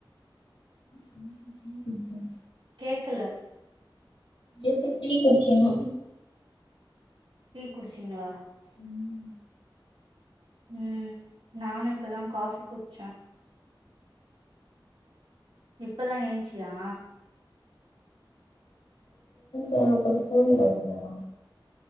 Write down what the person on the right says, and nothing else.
கேக்கல
டீ குடிச்சிங்ளா
ம் நானு இப்பதா காஃபி குடிச்ச இப்பதா ஏன்ச்சியா